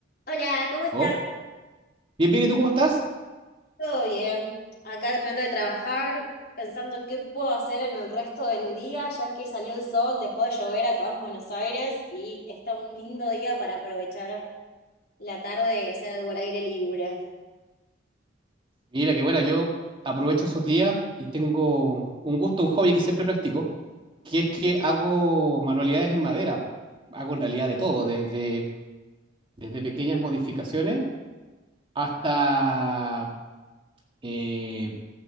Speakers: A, on the left (about 55°); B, on the right (about 25°).
A: Hola, ¿cómo estás?
B: Oh, bien, bien, ¿y tú cómo estás?
A: ¿Todo bien? Acá terminando de trabajar, pensando qué puedo hacer en el resto del día, ya que salió el sol, dejó de llover acá en Buenos Aires y está un lindo día para aprovechar la tarde y hacer algo al aire libre.
B: Mira, que bueno, yo aprovecho esos días y tengo un gusto, un hobby que siempre practico, que es que hago manualidades en madera. Hago en realidad de todo, desde, desde pequeñas modificaciones hasta eh,